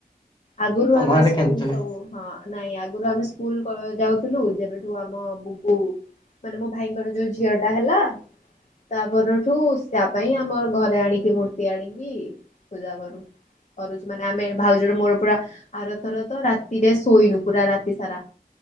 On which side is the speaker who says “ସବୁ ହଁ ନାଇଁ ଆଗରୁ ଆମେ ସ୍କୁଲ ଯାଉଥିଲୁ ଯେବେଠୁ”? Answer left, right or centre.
Left